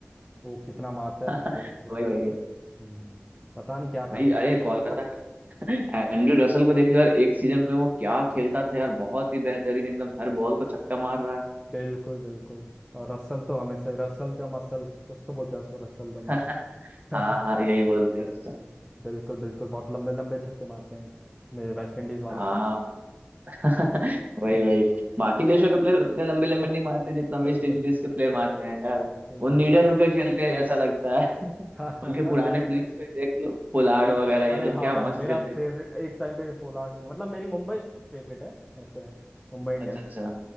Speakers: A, in the centre; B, on the right (about 40°).
A: वो कितना मारता है निकोलस
B: <laughs>
A: पूरन
B: वही वही
A: हो गया हम्म पता नहीं क्या
B: वही
A: खाते हैं
B: अरे कोलकाता का एंड्रू रसल को देख लो यार एक सीजन में वो क्या खेलता था यार बहुत ही बेहतरीन एकदम हर बॉल को छक्का मार रहा है
A: बिल्कुल बिल्कुल और रसल तो हमेशा रसल द मसल कुछ तो बोलते हैं उसको रसल द
B: <laughs>
A: मसल
B: हाँ हाँ यही
A: <laughs>
B: बोलते हैं उसको
A: बिल्कुल बिल्कुल बहुत लंबे लंबे छक्के मारते हैं मेरे वेस्ट इंडीज वाले
B: हाँ
A: साहब
B: <laughs> वही वही
A: हाँ
B: बाकी देशों के प्लेयर उतने लंबे लंबे नहीं मारते जितना वेस्ट
A: बिल्कुल
B: इंडीज के प्लेयर मारते हैं यार
A: बिल्कुल
B: वो
A: बिल्कुल
B: निडर होकर खेलते हैं ऐसा लगता है <laughs>
A: <laughs>
B: उनके पुराने प्लेयर्स पे देख लो पोलार्ड वगैरह
A: अरे
B: ये लोग
A: हाँ
B: क्या मस्त
A: मेरा
B: खेलते
A: फेवरेट
B: थे
A: एक टाइम पे पोलार्ड मतलब मेरी मुंबई फेवरेट है ऐसा है मुंबई इंडियंस
B: अच्छा अच्छा